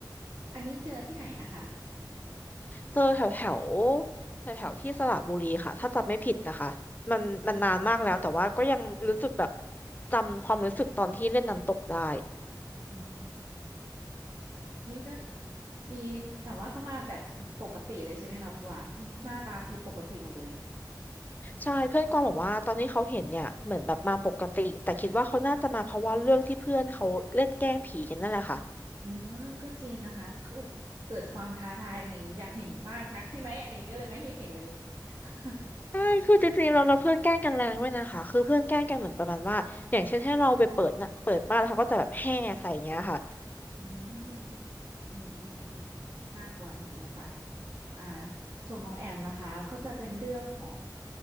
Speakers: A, on the right; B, on the left.
A: อันนี้เจอที่ไหนนะคะ
B: เจอแถวแถวแถวแถวที่สระบุรีค่ะถ้าจำไม่ผิดนะคะมันมันนานมากแล้วแต่ว่าก็ยังรู้สึกแบบ
A: อืม
B: จำความรู้สึกตอนที่เล่นน้ำตกได้
A: อืมเฮ้ยก็ดีแต่ว่าเขามาแบบปกติเลยใช่ไหมคะคุณกวางหน้าตาคือปกติหมดเลย
B: ใช่เพื่อนกวางบอกว่าตอนที่เขาเห็นเนี่ยเหมือนแบบมาปกติแต่คิดว่าเขาน่าจะมาเพราะว่าเรื่องที่เพื่อนเขาเล่นแกล้งผีกันนั่นแหละค่ะ
A: อืมก็จริงนะคะคือเกิดความท้าทายอะไรอย่างนี้อยากเห็นมากนักใช่ไหมอะไรอย่างนี้ก็เลยไม่ให้เห็นเลย <laughs>
B: ใช่คือจริงๆเราเราเพื่อนแกล้งกันแรงด้วยนะคะคือเพื่อนแกล้งกันเหมือนประมาณว่าอย่างเช่นให้เราไปเปิดนะเปิดบ้านแล้วเขาก็จะแบบแห่ใส่อย่างเงี้ยค่ะ
A: อืมอืมอืมอืมน่ากลัวจริงๆค่ะอ่าส่วนของแอมนะคะก็จะเป็นเรื่องของ